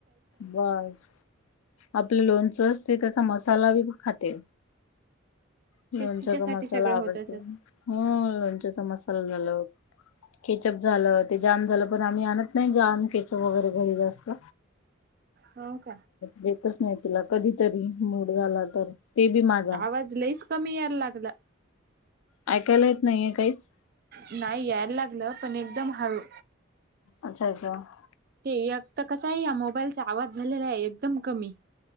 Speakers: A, on the left; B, on the right.
A: बस आपलं लोणचं असते त्याचा मसाला बी खाते लोणच्याचा
B: तेच तिच्यासाठी
A: मसाला
B: सगळं
A: आवडते
B: होत असेल
A: ह लोणच्याचा मसाला झाला. केचअप झालं ते जाम झालं पण आम्ही आणत नाही जाम केचप वगैरे घरी जास्त
B: हो का
A: देतच नाही तिला कधीतरी मूड झाला तर ते बी माझा
B: आवाज लईच कमी यायला लागला.
A: ऐकायला येत नाहीये काहीच?
B: नाही यायला लागलं पण एकदम हळू
A: पंचायच <unintelligible>
B: ते एक तर कसं आहे या मोबाईलचा आवाज झालेला आहे एकदम कमी